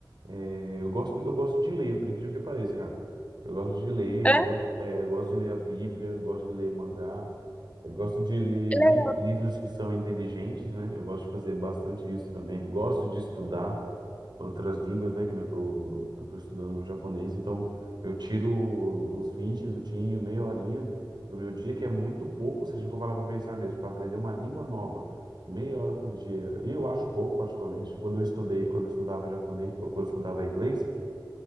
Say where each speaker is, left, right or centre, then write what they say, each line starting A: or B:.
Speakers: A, on the right; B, on the left.
A: É, eu gosto, eu gosto de ler, por incrível que pareça, cara. Eu gosto de ler,
B: É, é
A: gosto, é, eu gosto de ler a Bíblia, gosto de ler mangá, eu gosto de ler
B: legal.
A: li- livros que são inteligentes, né? Eu gosto de fazer bastante isso também. Gosto de estudar outras línguas, né? Que nem eu tô, eu tô estudando japonês, então eu tiro uns 20 minutinhos, meia horinha do meu dia, que é muito pouco, se a gente for parar para pensar mesmo, para aprender uma língua nova. Meia hora por dia. eu acho pouco, particularmente. Quando eu estudei, quando eu estudava japonês, quando eu estudava inglês,